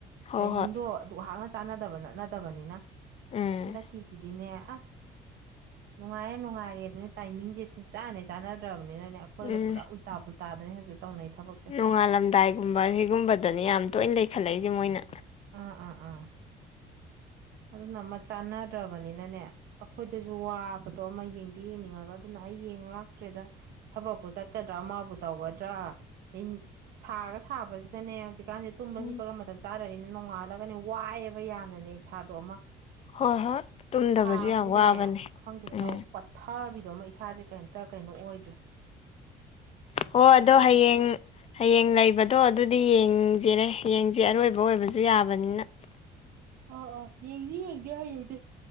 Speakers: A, on the left; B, on the right.
A: ꯍꯣꯏ
B: ꯇꯥꯏꯃꯤꯡꯗꯣ
A: ꯍꯣꯏ
B: ꯑꯗꯨ ꯑꯩꯍꯥꯛꯅ ꯆꯥꯟꯅꯗꯕ ꯅꯠꯅꯗꯕꯅꯤꯅ
A: ꯎꯝ
B: ꯍꯟꯗꯛꯀꯤꯁꯤꯗꯤꯅꯦ ꯑꯁ ꯅꯨꯡꯉꯥꯏꯔꯦ ꯅꯨꯡꯉꯥꯏꯔꯦ ꯑꯗꯨꯅ ꯇꯥꯏꯃꯤꯡꯁꯦ ꯁꯨꯡ ꯆꯥꯟꯅꯦ ꯆꯥꯟꯅꯗ꯭ꯔꯕꯅꯤ ꯅꯤꯅꯅꯦ ꯑꯩꯈꯣꯏꯒ
A: ꯎꯝ
B: ꯄꯨꯔꯥ ꯎꯜꯇꯥ ꯄꯨꯜꯇꯥꯗꯅꯦ ꯍꯧꯖꯤꯛ ꯇꯧꯅꯩ ꯊꯕꯛꯁꯦ
A: ꯅꯣꯡꯉꯥꯜꯂꯝꯗꯥꯏꯒꯨꯝꯕ ꯁꯤꯒꯨꯝꯕꯗꯅꯤ ꯌꯥꯝ ꯇꯣꯏꯅ ꯂꯩꯈꯠꯂꯛꯏꯁꯦ ꯃꯣꯏꯅ
B: ꯑꯥ ꯑꯥ ꯑꯥ ꯑꯗꯨ ꯅꯃ ꯆꯥꯟꯅꯗ꯭ꯔꯕꯅꯤꯅ ꯅꯦ ꯑꯩꯈꯣꯏꯗꯁꯨ ꯋꯥꯕꯗꯣ ꯑꯃ ꯌꯦꯡꯗꯤ ꯌꯦꯡꯅꯤꯡꯉꯒ ꯑꯗꯨꯅ ꯑꯩ ꯌꯦꯡ ꯂꯥꯛꯇ꯭ꯔꯦꯗ ꯊꯕꯛ ꯆꯠꯀꯗ꯭ꯔꯥ ꯑꯃꯕꯨ ꯇꯧꯒꯗ꯭ꯔꯥ ꯑ ꯁꯥꯒ ꯁꯥꯕꯁꯤꯗꯅꯦ ꯍꯧꯖꯤꯛꯀꯥꯟꯁꯦ ꯇꯨꯝꯕ
A: ꯎꯝ
B: ꯍꯤꯞꯄꯒ ꯃꯇꯝ ꯆꯥꯔꯅꯤꯅ ꯅꯣꯡꯉꯥꯜꯂꯒꯅꯦ ꯋꯥꯏꯑꯦꯕ ꯌꯥꯝꯅꯅꯦ ꯏꯁꯥꯗꯣ ꯑꯃ
A: ꯍꯣꯏ ꯍꯣꯏ ꯇꯨꯝꯗꯕꯁꯨ
B: ꯁꯥꯕꯁꯤꯗꯅꯦ
A: ꯌꯥꯝ ꯋꯥꯕꯅꯦ
B: ꯈꯪꯗꯦ
A: ꯎꯝ
B: ꯑꯧ ꯄꯊꯕꯤ ꯑꯗꯣ ꯑꯃ ꯏꯁꯥꯁꯦ ꯀꯩꯝꯇ ꯀꯩꯅꯣ ꯑꯣꯏꯗ꯭ꯔꯦ
A: ꯎꯝ ꯑꯣ
B: ꯈꯤꯇꯪ
A: ꯑꯗꯣ ꯍꯌꯦꯡ ꯍꯌꯦꯡ ꯂꯩꯕꯗ ꯑꯗꯣ ꯑꯗꯨꯗꯤ ꯌꯦꯡꯁꯤꯔꯦ ꯌꯦꯡꯁꯦ ꯑꯔꯣꯏꯕ ꯑꯣꯏꯕꯁꯨ ꯌꯥꯕꯅꯤꯅ
B: ꯑ ꯑ ꯌꯦꯦꯒꯅꯤ ꯍꯦꯗꯤ ꯌꯦꯗꯤꯦ